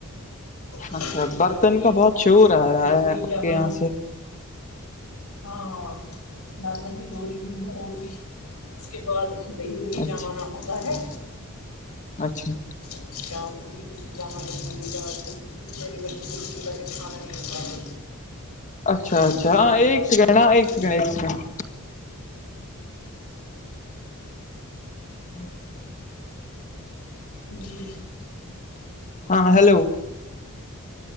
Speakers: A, on the left (about 90°); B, on the left (about 35°).
A: یہ
B: اچھا برتن
A: وہی
B: کا بہت شور آ رہا
A: دہی
B: ہے
A: وہی
B: آپ
A: جمانا
B: کے یہاں سے
A: ہاں مات لی ہوتی اس کے بعد دہی میں ہی
B: اچھا
A: جمانا ہوتا ہے
B: اچھا
A: ج جامال پ نہیں ڈالتے کیونکہ میرے بچے د ہی کتا کھانا نہیں کھاتے
B: اچھا
A: بال
B: اچھا
A: کو
B: ہاں
A: ک
B: ایک
A: لاز
B: سیکنڈ
A: نہیں ہونا
B: ہاں ایک
A: چاہی
B: سیکنڈ ایک سیکنڈ <unintelligible>
A: جی
B: ہاں ہیلو